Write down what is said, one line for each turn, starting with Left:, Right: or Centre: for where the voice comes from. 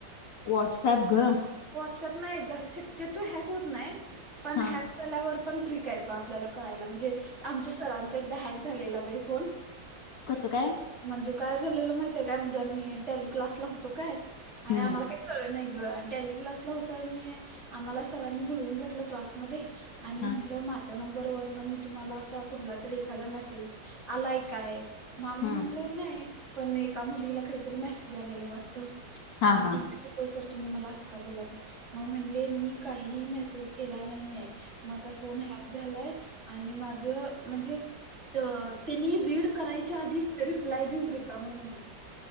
Left: वॉट्सॲप ग.
Right: व्हॉट्सअप नाही शक्यतो हॅक होत नाही पण
Left: हा
Right: हॅक. त्यालावर पण ट्रिक आहेत बा आपल्याला कळायला म्हणजे आमच्या सरांचा एकदा हॅक झालेला बा फोन.
Left: कसं काय.
Right: म्हणजे काय झालेलं माहिितय काय म्हणजे आम्ही टेलिक्लासला होतो काय आणि
Left: हम्म
Right: आम्हाला काय. कळ नाही ग आणि त्याली क्लासला होत आणि आम्हाला सरांनी बुोलवून घेतलं क्लासमध्येध्ये. आणि म्हणलं
Left: हा
Right: म. नंबर व न मी तुम्हाला असा कुठला तरी एखादा मेसेज आलाय काय. मामी
Left: हा
Right: म्हणल नाही पण एका मुलीला काहीतरी मेसेज आलेला वाटत
Left: हा
Right: मग त. होय सर तुम्ही मला असं का बोलात मग म्हणले मी काहीही मेसेज केला नाहीय. माझा फोन हॅक झालाय आणि माझ म्हणजे. त्यांनी रीड करायच्या आधीच रिप्लाय देऊन र काा म म्हणून.